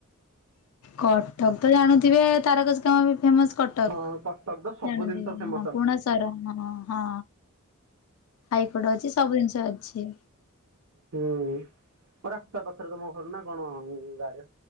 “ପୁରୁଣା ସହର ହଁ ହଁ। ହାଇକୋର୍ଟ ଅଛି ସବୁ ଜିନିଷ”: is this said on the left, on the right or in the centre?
Left